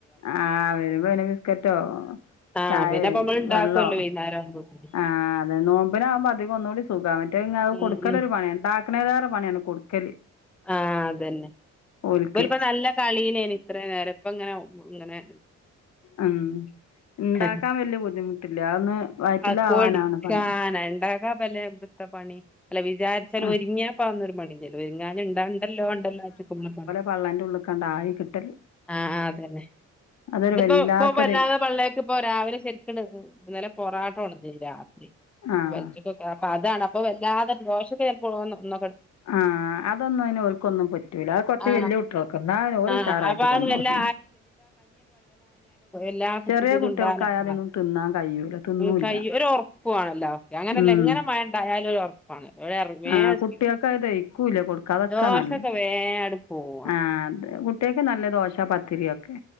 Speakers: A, on the left; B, in the centre.
A: ആ വരുമ്പോ പിന്നെ ബിസ്കറ്റോ.
B: ആ
A: ചായെ
B: പിന്നെപ്പ നമ്മള് ഇണ്ടാക്കുവല്ലോ
A: വെള്ളോ
B: വൈന്നേരാവുമ്പോത്തിന്
A: ആ അതെ നോമ്പിനാകുമ്പോ അധികം ഒന്നുകൂടി സുഖാണ്. <unintelligible> അത്
B: ഉം
A: കൊടുക്കല്
B: ഉം
A: ഒരു പണിയാണ്. ണ്ടാക്കണേലെറെ പണിയാണ് കൊടുക്കല്.
B: ആഹ അതന്നെ
A: ഓൽക്ക്
B: ഓല് ഇപ്പൊ നല്ല കളിയിലേന് ഇത്ര നേരം, ഇപ്പ ഇങ്ങനെ ഇങ്ങനെ
A: ഉം ഇണ്ടാക്കാൻ
B: <unintelligible>
A: വല്യ ബുദ്ധിമുട്ടില്ല അതൊന്ന് വയറ്റിലാവാനാണ്
B: ആഹ് കൊടിക്കാനണ്ടക
A: പണി
B: പലെ വൃത്ത പണി അല്ല വിചാരിച്ചാല്
A: ആഹ്
B: ഒരുങ്ങിയാ പ <unintelligible> ഒരുങ്ങാന് ഉണ്ട ഉണ്ടല്ലോ <unintelligible>
A: പള്ളന്റെ ഉള്ളക്ക് ണ്ടായി കിട്ടല്.
B: ആഹ് ആഹ് അതന്നെ
A: അതൊരു
B: ഇതിപ്പോ
A: വല്ലാത്തൊരു
B: ഇപ്പൊ വല്ലാതെ <unintelligible> ഇപ്പോ രാവിലെ <unintelligible> പൊറാട്ട കൊടുതിരുന്നു രാത്രി.
A: ആഹ്
B: അപ്പോ <unintelligible> അതാണ് അപ്പ വല്ലാതെ ദോഷക്കെ ചെലപ്പോ പൊന്നു ഇന്ന
A: ആഹ് അതൊന്നും അയിന് ഒൽക്കൊന്നും പറ്റൂല്ല. ആ
B: ആഹ്
A: വലിയ കുട്ടികളൊക്കെ ഞൻ ഓല്
B: ആഹ്
A: ഉസറായിട്ട്
B: അപ്പൊ അത്
A: തിന്നോളും.
B: വല്ലാ ല്ലാ കുച്ചുട്ടുണ്ടാണപ്പളാ
A: ചെറിയ കുട്ടികൾക്കായാ അതൊന്നും തിന്നാൻ കഴിയൂല തിന്നൂല്ല
B: എന്തായി ഒരു ഉറപ്പ് വാണല്ലോ ഒക്കെ അങ്ങനല്ലേ
A: ഉം
B: മണ്ടായാലും ഉറപ്പണ് വെർ വെസ്കി
A: ആഹ് കുട്ടികൾക്ക് അത് ദഹിക്കൂല്ല കൊടുക്കാതക്കാ
B: ദോശ
A: നല്ലേ
B: ഒക്കെ വേ വേണ്ടുപോകും
A: ആഹ് അതെ കുട്ട്യാൾക്ക് നല്ലത്. ദോശ പത്തിരി ഒക്കെ